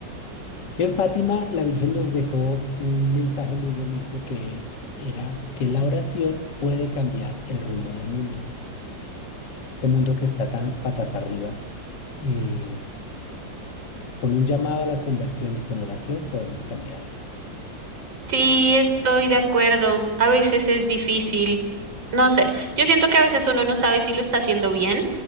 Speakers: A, on the left (about 65°); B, on the right (about 80°).
A: En Fátima, la Virgen nos dejó un mensaje muy bonito que era que la oración puede cambiar el rumbo del mundo. Este mundo que está tan patas arriba. eh, Con un llamado a la conversión y con oración podemos cambiarlo.
B: Sí, estoy de acuerdo. A veces es difícil. No sé, yo siento que a veces uno no sabe si lo está haciendo bien,